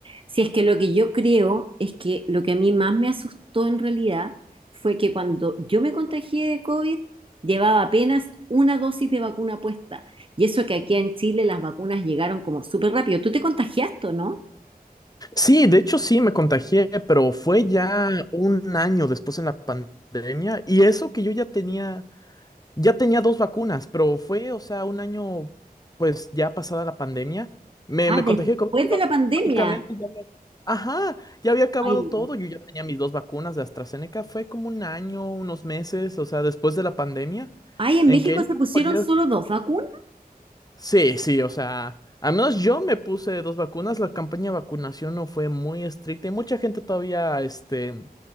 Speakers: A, on the right (about 35°); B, on the left (about 25°).
A: Si es que lo que yo creo es que lo que a mí más me asustó en realidad fue que cuando yo me contagié de COVID, llevaba apenas una dosis de vacuna puesta. Y eso que aquí en Chile las vacunas llegaron como súper rápido. ¿Tú te contagiaste, o no?
B: Sí, de hecho sí me contagié, pero fue ya un año después en la pandemia y eso que yo ya tenía, ya tenía dos vacunas, pero fue, o sea, un año pues ya pasada la pandemia, me,
A: Ah,
B: me contagié
A: después
B: de COVID, pero
A: de la pandemia.
B: irónicamente ya había, ajá, ya había acabado
A: Ay, no.
B: todo, yo ya tenía mis dos vacunas de AstraZeneca, fue como un año, unos meses, o sea, después de la pandemia,
A: Ay, en
B: en
A: México
B: que
A: se pusieron
B: no,
A: solo dos vacunas.
B: Sí, sí, o sea, al menos yo me puse dos vacunas, la campaña de vacunación no fue muy estricta y mucha gente todavía, este,